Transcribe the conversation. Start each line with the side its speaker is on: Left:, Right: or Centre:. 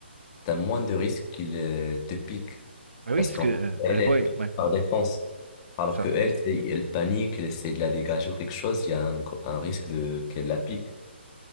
Left: t'as moins de risques qu'il euh, te pique.
Right: Bah
Left: Parce
Right: oui, parce
Left: qu'en
Right: que euh,
Left: elle,
Right: elle voit,
Left: elle pique
Right: ouais,
Left: par défense. Alors
Right: c'est ça.
Left: que elle, c'est- elle panique, elle essaie de la dégager ou quelque chose, il y a un, gro- un risque de qu'elle la pique.